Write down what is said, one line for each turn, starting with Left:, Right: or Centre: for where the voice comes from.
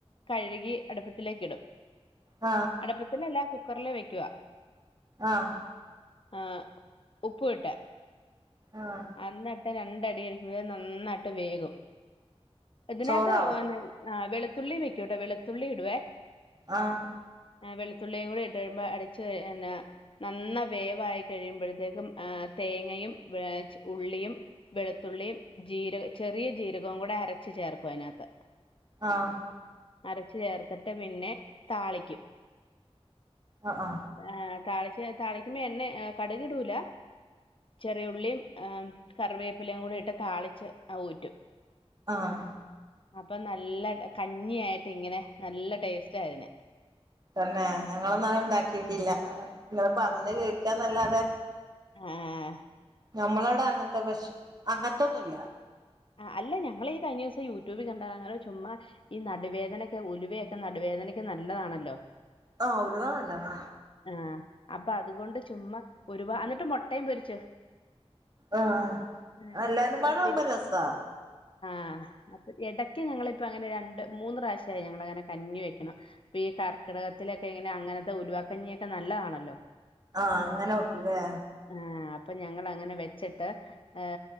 Left: കഴുകി അടുപ്പത്തിലേക്ക് ഇടും
Right: ആഹ്
Left: അടുപ്പത്തിലല്ല കുക്കറില് വെക്കവാ.
Right: ആഹ്
Left: ആ് ഉപ്പ് ഇട്ട്
Right: ആഹ്
Left: എന്നന്നിട്ട് രണ്ടടിടരിക്കുമ്പോൾ നന്നായിട്ട് വേകും. ഇതിനകത്ത്ന്ന
Right: ചോറാവും
Left: ആഹ് വൊത്തുള്ളി വെക്കോട്ടെ വെളുത്തുള്ളി ഇടുവേ.
Right: ആഹ്
Left: വെളുത്തുള്ളിയും കൂടി ഇട്ടടുമ്പോ അടച്ച് എന്നന നന്ന വേവായി കഴിയുമ്പോഴത്തേക്കും ആർ തേങ്ങയും വൊ ഉള്ളിയും. വെളുത്തുള്ളിയും ജീരക ചെറിയ ജീരകവും കൂടെ അരച്ചു ചേർക്കും അതിനകത്ത്.
Right: ആഹ്
Left: അരച്ചു ചേർത്തിട്ട് പിന്നെ താളിക്കും.
Right: ആഹ് ആ
Left: ആ് താ താളിക്കുമ്പോ എണ്ണ കടുകി ഇടൂല ചെറിയുള്ളിയും. കറിവേപ്പിലയും കൂടി ഇട്ട് താളിച്ച് അ ഊറ്റും.
Right: ആഹ്
Left: അപ്പൊ നല്ല കഞ്ഞി ആായിട്ട് ഇങ്ങനെ നല്ല ടേസ്റ്റ് ആയതിന്.
Right: തന്നെ ഞങ്ങളൊന്നും അങ്ങനെ ഉണ്ടാക്കിക്കില്ല. നിങ്ങൾ പറഞ്ഞഞ് കേക്കാ എന്നല്ലാതെ.
Left: ആഹ്
Right: നമ്മളവിടെ അങ്ങനത്തെ പശ അങ്ങനത്തെന്നുമല്ല.
Left: ആ അല്ല ഞങ്ങൾ ഈ കഴിഞ്ഞ ദിവസം യൂട്യൂബിൽ കണ്ടാ. ങ്ങങ്ങള് ചുമ്മാ ഈ നടുവേദനക്കെ ഉലുവൊക്കെ നടുവേദനക്ക് നല്ലതാണല്ലൊ
Right: ആഹ് ഉലുവ നല്ലതാ
Left: ആഹ് അപ്പൊ അതുകൊണ്ട് ചുമ്മാ ഒരുപാ അന്ന്ട്ട് മൊട്ടയും പൊരിച്ചു
Right: ആഹ്
Left: ആഹ്
Right: എല്ലാരുമ്പാടാവുമ്പൊ
Left: പത്തിരി
Right: രസാ
Left: ആഹ് അപ്പൊ എടയ്ക്ക് ഞങ്ങളിപ്പോ അങ്ങനെ രണ്ട് മൂന്ന് റാശ്യായി ഞങ്ങളങ്ങനെ കഞ്ഞി വെക്ക്ണു ഇപ്പീ കർക്കിടകത്തിലൊക്കെ ഇങ്ങനെ അങ്ങനത്തെ ഉലവാക്കഞ്ഞിയൊക്കെ നല്ലതാണല്ലോ
Right: ആഹ് അങ്ങനെ വെക്കും ല്ലെ
Left: ആഹ് അപ്പം ഞങ്ങളങ്ങനെ വെച്ച്ട്ട് ഏ